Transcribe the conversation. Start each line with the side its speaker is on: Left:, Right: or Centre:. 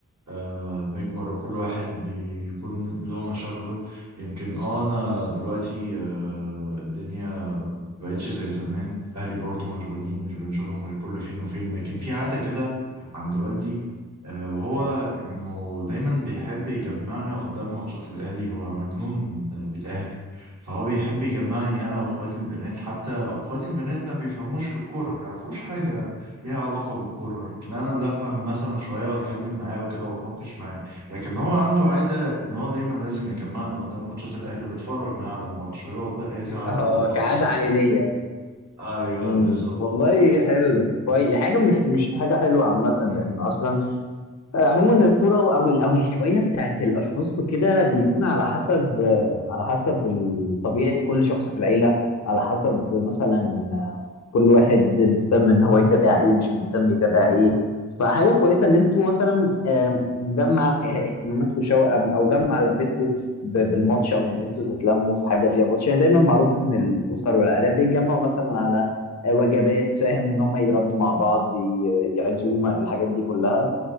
Right: آه بنكبر وكل واحد بيكون له مشاغله يمكن اه انا دلوقتي آه الدنيا مبقتش زي زمان اهلي برضو مشغولين مش بنشوفهم غير كل فين وفين لكن في عادة كده عند والدي آه، وهو انه دايما بيحب يجمعنا قدام ماتشات الاهلي هو مجنون آه، بالاهلي فهو بيحب يجمعني انا واخواتي البنات حتى اخواتي البنات ما بيفهموش في الكوره ما يعرفوش حاجه ليها علاقه بالكوره يمكن انا اللي افهم مثلا شويه واتكلم معاه وكده واتناقش معاه لكن هو عنده عاده ان هو دايما لازم يجمعنا قدام ماتشات الاهلي ونتفرج معاه على الماتش ويقعد بقى يزعق
Left: <laughs> اه
Right: ويتعصب
Left: كعادة عائلية
Right: ايوه
Left: امم
Right: بالظبط
Left: والله حلو كويس حاجه مش مش حاجه حلوه عامه لان
Right: مم.
Left: اصلا آه، عموما الكرة او ال- او الهواية بتاعت الاشخاص وكده بيكون على حسب آه، على حسب ال- طبيعة كل شخص في العيلة على حسب مثلا آه، كل واحد مهتم ان هو يتابع ايه مش مهتم يتابع ايه فحاجة كويسة ان انتوا مثلا آه، جمع اهتماماتكم شو او جمع لمتكم ب- بالماتش او ان انتوا تتلموا في حاجة فيها ماتش يعني دايما معروف ان الاسر والعائلات بيتجمعوا مثلا على آه، وجبات فاهم ان هم يتغدوا مع بعض ي- يعزومة الحاجات دي كلها